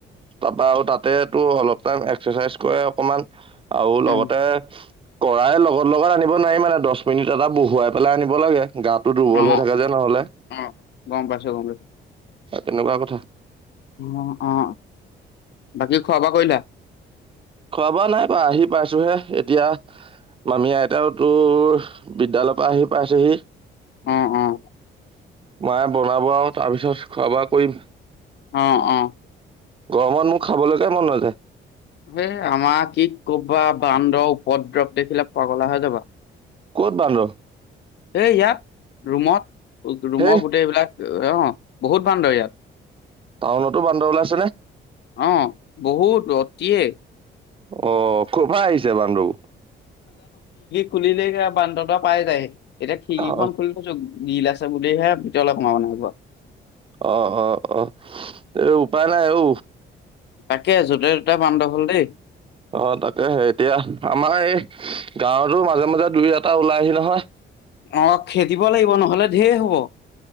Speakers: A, on the right; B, on the left.
A: তাপা আওঁ তাতে তো অলপ টাইম এক্সাৰচাইজ কৰে অকমান আওঁ লগতে।
B: উম
A: কৰাই লগত লগত আনিব নোৱাৰি মানে দহ মিনিট এটা বহুৱাই পেলাই আনিব লাগে। গাটো দুৰ্বল
B: অ
A: হৈ থাকে যে নহলে।
B: অ গম পাইছো গম পাইছো
A: তেনেকুৱা কথা।
B: অ অ বাকী খোৱা বোৱা কৰিলা।
A: খোৱা বোৱা নাই কৰা আহি পাইছোহে এতিয়া। মামি আইতাও তোৰ বিদ্যয়ালয়ৰ পৰা আহি পাইছেহি।
B: উম উম।
A: মায়ে বনাব আৰু তাৰ পিছত খোৱা বোৱা কৰিম।
B: অ অ।
A: গৰমত মোৰ খাবলৈকে মন নাযায়।
B: হ আমাৰ কি কবা বান্দৰ উপদ্ৰৱ দেখিলে পাগলা হৈ যাবা।
A: ক'ত বান্দৰ।
B: সেই ইয়াত ৰুমত ৰুমৰ
A: হেই
B: গোটেই এইবিলাক। অ বহুত বান্দৰ ইয়াত।
A: টাউনতো বান্দৰ ওলাইছে নে।
B: অ বহুত অতিয়ে।
A: অ কপা আহিছে বান্দৰ বোৰ।
B: খুলিলে বান্দৰতা পাই যায় এতিয়া খিৰিকি
A: অ
B: খন খুলি থৈছো গিল আছে। <unintelligible>
A: অ অ অ এই উপায় নাই আঔ।
B: তাকে আ যোতে দুটা বান্ধৱ হ'ল দেই।
A: অ তাকেহে এতিয়া আমাৰ এই। গাঁৱতো মাজে মাজে দুই এটা ওলাই আহি নহয়।
B: অ খেদিব লাগিব নহলে ঢেৰ হ'ব।